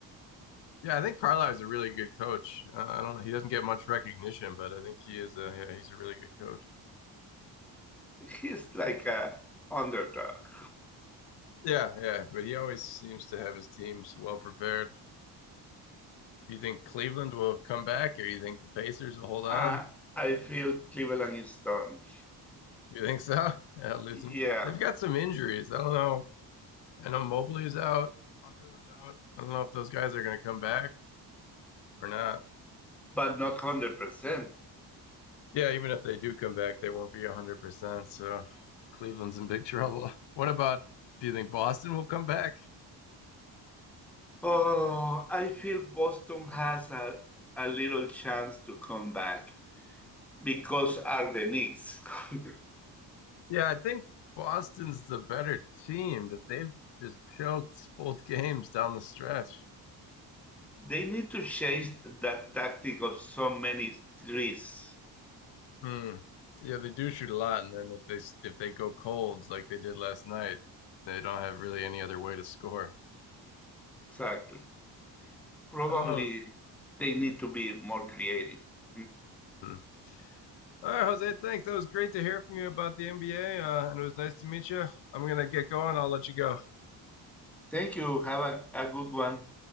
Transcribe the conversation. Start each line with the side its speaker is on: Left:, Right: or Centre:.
Left: Yeah, I think Carlisle is a really good coach. Uh, I don't know. He doesn't get much recognition, but I think he is a yeah, he's a really good coach.
Centre: he's like a underdog.
Left: Yeah, yeah, but he always seems to have his teams well prepared. You think Cleveland will come back, or you think the Pacers will hold
Centre: Uh,
Left: on?
Centre: I feel Cleveland is done.
Left: You think so? <laughs> Yeah, losing.
Centre: Yeah,
Left: They've got some injuries. I don't know. I know Mobley is out. Hunter was out. I don't know if those guys are going to come back or not.
Centre: but not hundred percent.
Left: Yeah, even if they do come back, they won't be 100%. So Cleveland's in big trouble. <laughs> What about, do you think Boston will come back?
Centre: Oh, I feel Boston has a a little chance to come back because are the Knicks. <laughs>
Left: Yeah, I think Boston's the better team, but they've just choked both <laughs> games down the stretch.
Centre: They need to change that tactic of so many trees.
Left: Hmm. Yeah, they do shoot a lot, and then if they if they go cold like they did last night, they don't have really any other way to score.
Centre: Exactly. Probably
Left: I don't know. If,
Centre: they need to be more creative. Mhm.
Left: hmm. All right, Jose, thanks. That was great to hear from you about the NBA, uh, and it was nice to meet you. I'm gonna get going. I'll let you go.
Centre: Thank you. Have a, a good one.